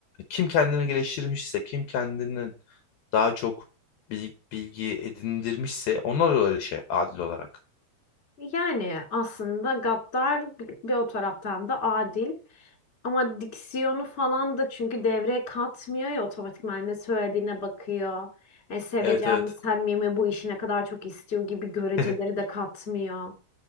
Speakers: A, on the left; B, on the left.
A: kim kendini geliştirmişse, kim kendini daha çok bil- bilgi edindirmişse onu alıyorlar işe adil olarak.
B: Yani aslında gaddar bir, bir o taraftan da adil ama diksiyonu falan da çünkü devreye katmıyor ya otomatikman ne söylediğine bakıyor. Yani seveceğim
A: Evet evet.
B: mi samimi bu işi ne kadar çok istiyor gibi göreceleri
A: <laughs>
B: de katmıyor.